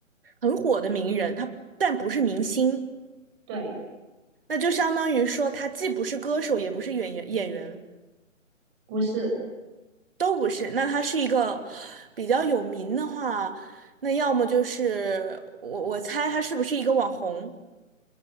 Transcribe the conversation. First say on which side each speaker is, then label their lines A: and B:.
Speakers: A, on the right (about 45°); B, on the right (about 20°).
A: 很火的名人，他但不是明星。
B: 对。
A: 那就相当于说，他既不是歌手，也不是演员，演员
B: 不是，
A: 都不是。那他是一个比较有名的话，那要么就是我我猜他是不是一个网红？